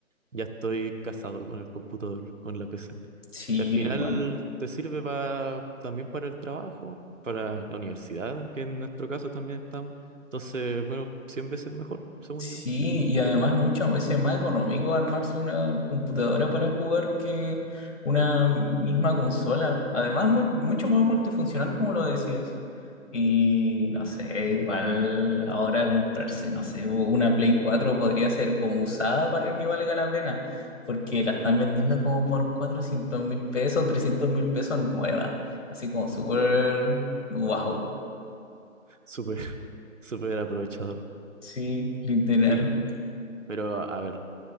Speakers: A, on the right; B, on the left.
A: ya estoy casado con el computador, con la PC.
B: Sí,
A: Si al final
B: igual.
A: te sirve para, también para el trabajo, para la universidad, que en nuestro caso también estamos. Entonces, bueno, 100 veces mejor, según
B: Sí,
A: yo.
B: y además muchas veces es más económico armarse una computadora para jugar que una misma consola. Además, mu- mucho más multifuncional, como lo decías. Y no sé, igual ahora comprarse, no sé, una Play cuatro podría ser como usada para que valga la pena, porque la están vendiendo como por 400 mil pesos, 300 mil pesos nueva. Así como súper wow,
A: Súper, <laughs> súper aprovechador.
B: sí, literal.
A: Sí, Pero a ver,